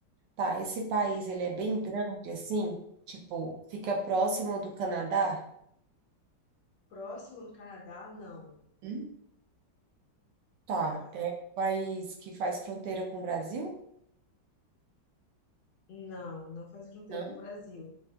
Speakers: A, on the right (about 70°); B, on the left (about 70°).
A: tá, esse país, ele é bem grande, assim, tipo, fica próximo do Canadá?
B: Próximo no Canadá? Não,
A: Hum?
B: não,
A: Tá, é um país que faz fronteira com o Brasil?
B: não, não faz fronteira
A: Não.
B: com o Brasil.